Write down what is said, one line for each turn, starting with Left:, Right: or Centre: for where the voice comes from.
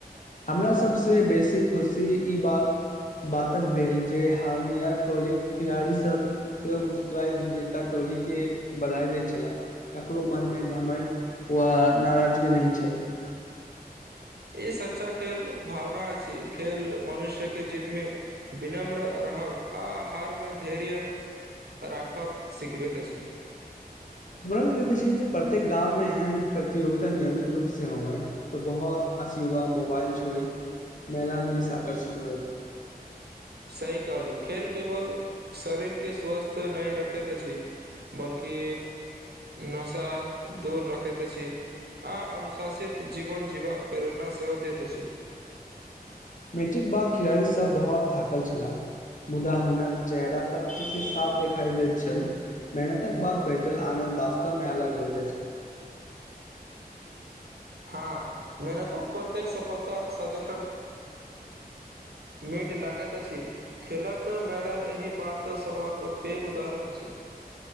Left: हमरा सभसँ बेसी खुशी ई बात बातक भेल जे हारनिया टोलिक खिलाड़ी सब से मुस्कराइत विजेता टोली के बधाई दैत छलाह ककरो मन मे घमंड व नाराजगी नहि छल <unintelligible>
Right: ई सच्चा खेल भावना अ छै खेल मनुष्य के जितमे विनम्र रहब आ हहार मे धैर्य राखब सिखबैत अछि
Left: हमरा लगैत अछि जे प्रत्येक गाममे एहन प्रतियोगिता नियमित रूपसँ होवै त बहौत खास युवा मोबाइल छोड़ी मैदान दी से आकर्षित होए
Right: सही कहलु खेल केवल शरीर के स्वस्थ नहि रखैत अछि बल्कि नशा दूर रखैत अछि आ अनुशासित जीवन जीवबाक प्रेरणा सेहो दैत अछि
Left: मैचक बाद खिलाड़ी सब बहौत थाकल छलै मुदा हुनक चेहरा पर खुशी साफ दिखाई देैत छलाह मेहनतक बाद बैठल आनन्द वास्तव मे अलग होइत अछि
Right: हँ मेहनतक प्रत्येक सफलता सदन मीट लागैत अछि खेलक मैदान एहि बात सभक पेघ उदाहरण अछि